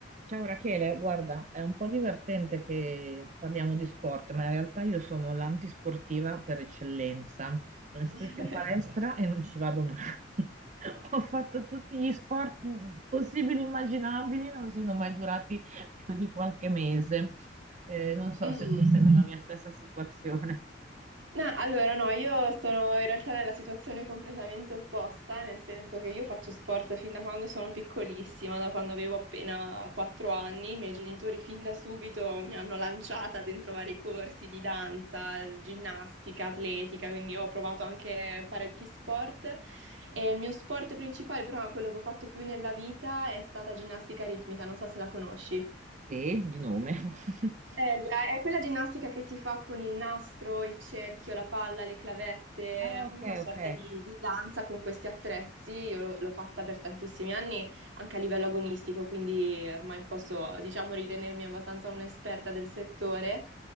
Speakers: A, on the right; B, on the right.
A: Ciao Rachele, guarda, è un po' divertente che parliamo di sport, ma in realtà io sono l'antisportiva per eccellenza. Sono iscritta
B: <laughs>
A: in palestra e non ci vado mai. <laughs> Ho fatto tutti gli sport possibili e immaginabili, non sono mai durati più di qualche mese. Eh, non so
B: Mm.
A: se tu sei nella mia stessa situazione.
B: No, allora no, io sono in realtà nella situazione completamente opposta, nel senso che io faccio sport fin da quando sono piccolissima, da quando avevo appena 4 anni, i miei genitori fin da subito mi hanno lanciata dentro vari corsi di danza, ginnastica, atletica, quindi io ho provato anche parecchi sport e il mio sport principale, però quello che ho fatto più nella vita è stata ginnastica ritmica, non so se la conosci.
A: Sì, di nome. <laughs>
B: È, la- è quella ginnastica che si fa con il nastro, il cerchio, la palla, le clavette,
A: Ah, ok,
B: una sorta
A: ok.
B: di, di danza con questi attrezzi. Io l'ho l'ho fatta per tantissimi anni, anche a livello agonistico, quindi ormai posso, diciamo, ritenermi abbastanza un'esperta del settore.